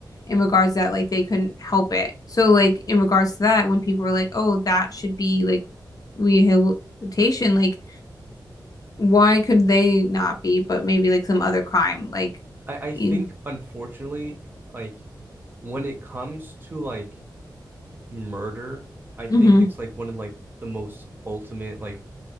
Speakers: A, on the left; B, on the right.
A: in regards to that like they couldn't help it. So, like in regards to that, when people are like, oh, that should be like rehabilitation, like why could they not be, but maybe like some other crime, like
B: I, I
A: you,
B: think unfortunately, like when it comes to like murder, I think
A: Mhm.
B: it's like one of like the most ultimate like